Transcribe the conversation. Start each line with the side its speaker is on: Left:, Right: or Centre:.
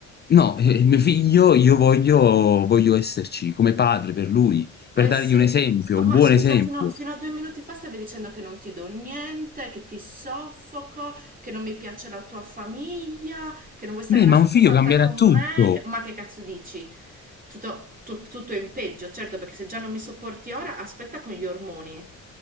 Left: No, eh, mio figlio, io voglio, voglio esserci come padre per lui,
Right: Eh
Left: per dargli
Right: sì,
Left: un esempio,
Right: Ah, ma
Left: un buon
Right: scusa,
Left: esempio.
Right: fino a, fino a due minuti fa stavi dicendo che non ti do niente, che ti soffoco, che non mi piace la tua famiglia, che non vuoi stare
Left: Beh,
Right: nella
Left: ma
Right: stessa
Left: un figlio
Right: stanza
Left: cambierà
Right: con
Left: tutto.
Right: me, che- ma che cazzo dici? Tutto, tu- tutto in peggio, certo, perché se già non mi sopporti ora, aspetta con gli ormoni.